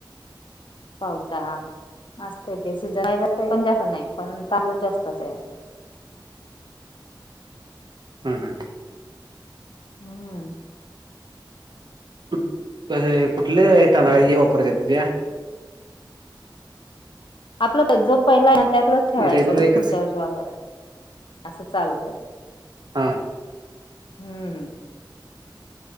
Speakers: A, on the left; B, on the right.
A: पावटा असतय ते सीजन पण जास्त नाही पण तांदूळ जास्त अस आहे
B: हम हं
A: हम्म
B: कु कुठले येत हे वापरतेत द्या
A: आपलं जो पहिला आहे ना त्यातलंच ठेवायचं
B: रेग्युलर
A: तर
B: एकच
A: पुढच्या वर्षी वापरायचं असं चालतय
B: हा.
A: हम्म